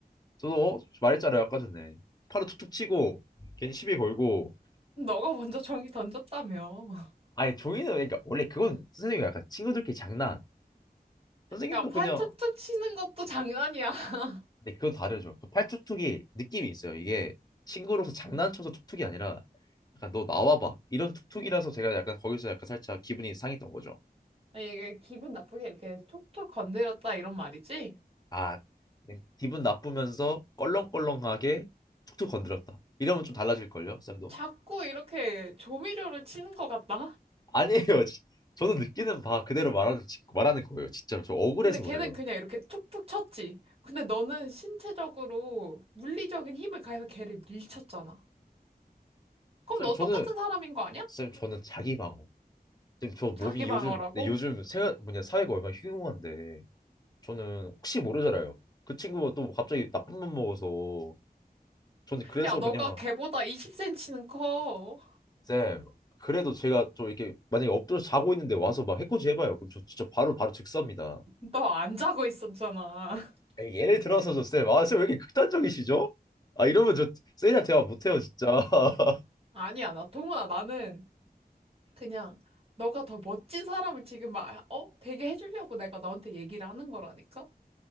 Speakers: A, on the left; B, on the right.
A: 저도 어? 말했잖아요 아까 전에 팔을 툭툭 치고 괜히 시비 걸고
B: 너가 먼저 종이 던졌다며. <laughs>
A: 아니 종이는 그러니까 원래 그건 선생님이 약간 친구들끼리 장난 선생님도
B: 야, 팔
A: 그냥
B: 척척 치는 것도 장난이야. <laughs>
A: 근데 그건 다르죠. 그 팔뚝뚝이 느낌이 있어요. 이게 친구로서 장난쳐서 툭툭이 아니라 약간 너 나와봐 이런 툭툭이라서 제가 약간 거기서 약간 살짝 기분이 상했던 거죠.
B: 아, 얘 기분 나쁘게 이렇게 촉촉 건드렸다 이런 말이지?
A: 아 그냥 기분 나쁘면서 껄렁껄렁하게 툭툭 건드렸다. 이러면 좀 달라질 걸요, 쌤도?
B: 자꾸 이렇게 조미료를 치는 것 같다?
A: 아니에요. <laughs> 지- 저는 느끼는 바 그대로 말하는 지- 말하는 거예요. 진짜로 저 억울해서
B: 근데 걔는
A: 그래요.
B: 그냥 이렇게 툭툭 쳤지. 근데 너는 신체적으로 물리적인 힘을 가해서 걔를 밀쳤잖아. 그럼
A: 쌤
B: 너
A: 저는
B: 똑같은 사람인 거 아니야?
A: 쌤 저는 자기 방어. 쌤 저 몸이
B: 자기 방어라고?
A: 요즘 네, 요즘 세, 뭐냐 사회가 얼마나 흉흉한데 저는 혹시 모르잖아요. 그 친구가 또 갑자기 나쁜 맘 먹어서 저는 그래서
B: 야, 너가
A: 그냥
B: 걔보다 20cm는 커.
A: 쌤 그래도 제가 좀 이렇게 만약에 엎드려 자고 있는데 와서 막 해코지 해봐요. 그럼 저 진짜 바로 바로 즉사입니다.
B: 너 안 자고 있었잖아. <laughs>
A: 에이, 예를 들어서 저쌤아 쌤 왜 이렇게 극단적이시죠? 아 이러면 저 쌤이랑 대화 못해요 진짜. <laughs>
B: 아니야, 나 동훈아, 나는 그냥 너가 더 멋진 사람을 지금 막, 어? 되게 해주려고 내가 너한테 얘기를 하는 거라니까?